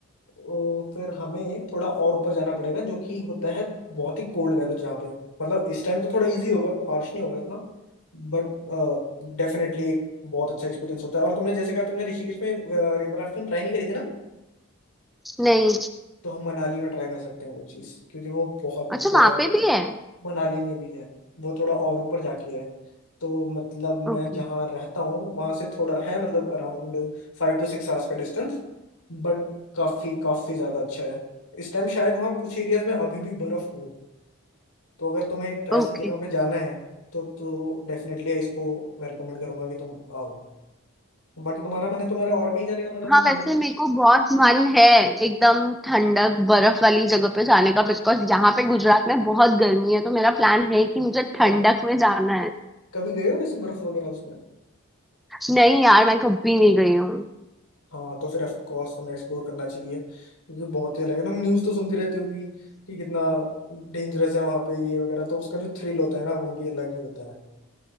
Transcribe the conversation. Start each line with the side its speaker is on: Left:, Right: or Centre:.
Left: तो फिर हमें थोड़ा और ऊपर जाना पड़ेगा जो कि होता है बहुत ही कोल्ड वेदर जहाँ पे मतलब इस टाइम तो थोड़ा इजी होगा हार्श नहीं होगा इतना बट डेफिनेटली एक बहुत अच्छा एक्सपीरियंस होता है और तुमने जैसे कहा तुमने ऋषिकेश में रिवर राफ्टिंग ट्राई नहीं करी थी ना
Centre: नहीं
Left: तो हम मनाली में ट्राई कर सकते हैं वो चीज़ क्योंकि वो बहुत
Centre: अच्छा
Left: बहुत
Centre: वहाँ पे
Left: बढ़िया
Centre: भी
Left: है
Centre: है
Left: मनाली में भी है वो थोड़ा और ऊपर जाके है तो मतलब
Centre: Okay
Left: मैं जहाँ रहता हूँ वहाँ से थोड़ा है मतलब around five to six hours का डिस्टेंस बट काफ़ी काफ़ी ज़्यादा अच्छा है इस टाइम शायद वहाँ कुछ एरियाज में अभी भी बर्फ़ हो तो अगर तुम्हें ऐसी
Centre: okay
Left: जगह पे जाना है तो तो डेफिनेटली इसको मैं रिकमेंड करूंगा कि तुम आओ बाकी तुम्हारा मन है तुम्हारा और कहीं जाने का मन है तो
Centre: हाँ वैसे
Left: तुम बताओ
Centre: मेरे को बहुत मन है एकदम ठंडक बर्फ वाली जगह पे जाने का बिकॉज यहाँ पे गुजरात में बहुत गर्मी है तो मेरा प्लान है कि मुझे ठंडक
Left: क-
Centre: में जाना है
Left: कभी गए हो वैसे बर्फ़ वगैरह उसमें
Centre: नहीं यार मैं कभी नहीं गई हूँ
Left: हाँ तो फिर ऑफ कोर्स तुम्हें एक्सप्लोर करना चाहिए क्योंकि बहुत ही अलग है तुम न्यूज़ तो सुनती रहती होगी कि कितना डेंजरस है वहां पे ये वगैरह तो उसका जो थ्रिल होता है ना वो भी अलग ही होता है